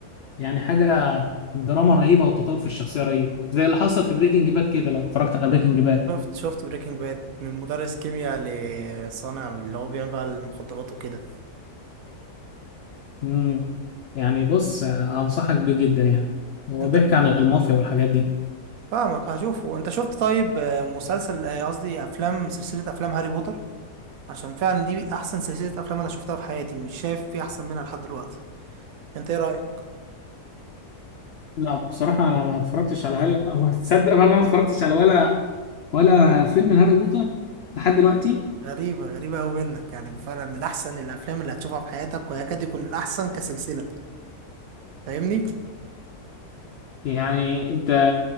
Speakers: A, on the left (about 80°); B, on the right (about 70°).
A: يعني حاجة دراما رهيبة وتطور في الشخصية رهيب زي اللي حصل في بريكنج باد كده لو اتفرجت على بريكنج باد
B: شفت شفت بريكنج باد من مدرس كيمياء لصانع اللي هو بيعمل بقى المخدرات وكده
A: امم يعني بص آه، أنصحك بيه جدا يعني هو
B: انت
A: بيحكي عن المافيا والحاجات دي
B: فاهمك هشوفه انت شفت طيب آه، مسلسل آه، قصدي افلام سلسله افلام هاري بوتر عشان فعلا دي احسن سلسله افلام انا شفتها في حياتي مش شايف في احسن منها لحد دلوقتي انت ايه رايك
A: لا بصراحة أنا ما اتفرجتش على هاري أو تصدق بقى أنا ما اتفرجتش على ولا ولا فيلم هاري بوتر لحد دلوقتي
B: غريبة غريبة أوي منك يعني فعلا من أحسن الأفلام اللي هتشوفها في حياتك ويكاد يكون الأحسن كسلسلة فاهمني؟
A: يعني أنت